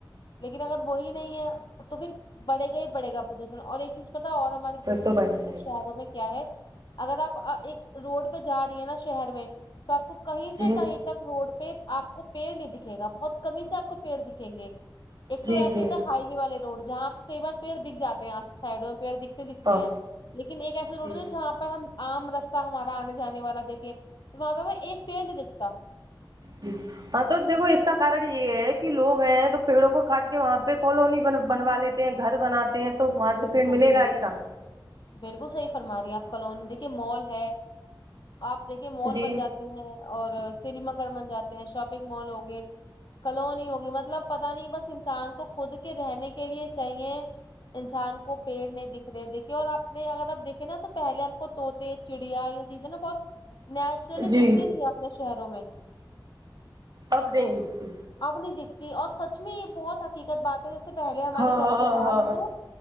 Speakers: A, on the left; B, on the right.
A: لیکن اگر وہی نہیں ہے تو پھر بڑھے گا ہی بڑھے گا پردوشن اور ایک چیز پتا اور ہمارے دیش
B: تو بڑھ جائے گی
A: شہروں میں کیا ہے اگر آپ ایک روڈ پہ جا رہی ہیں نا شہر میں تو آپ کو کہیں
B: جی
A: سے کہیں تک روڈ پہ آپ کو پیڑ نہیں دکھے گا بہت کم ہی سے آپ کو پیڑ دکھیں گے ایک تو
B: جی
A: ایسا
B: جی
A: ہوتا ہائی وے والے روڈ جہاں آپ کو کئی بار پیڑ دکھ جاتے ہیں آ سائڈوں میں پیڑ دکھتے دکھتے
B: ہاں
A: ہیں لیکن ایک ایسے روڈ
B: جی
A: ہے جہاں پر ہم عام رستہ ہمارا آنے جانے والا دیکھے تو وہاں پہ میں ایک پیڑ نہیں دکھتا
B: جی ہاں تو دیکھو اس کا کارن یہ ہے کہ لوگ ہیں تو پیڑوں کو کاٹ کے وہاں پہ کالونی بن بنوا لیتے گھر بناتے ہیں تو وہاں سے
A: بالکل
B: پھر ملے
A: بالکل
B: گا ہی کہاں
A: بالکل صحیح فرما رہی ہیں آپ کالونی دیکھیے مال ہے آپ دیکھیے مال
B: جی
A: بن جاتے اور سنیما گھر بن جاتے ہیں شاپنگ مال ہو گئے کلونی ہوگی مطلب پتا نہیں بس انسان کو خود کے رہنے کے لیے چاہیے انسان کو پیڑ نہیں دکھ رہے دیکھے اور اپنے اگر آپ دیکھیں نا تو پہلے ہم کو طوطے چڑیا یہ چیزیں نا بہت ایکچوالی
B: جی
A: دکھتی تھیں اپنے شہروں میں
B: اب نہیں دکھتی
A: اب نہیں دکھتی اور سچ میں یہ بہت حقیقت بات ہے جیسے پہلے ہمارے
B: ہاں
A: گھر
B: ہاں
A: کے پاس
B: ہاں
A: تو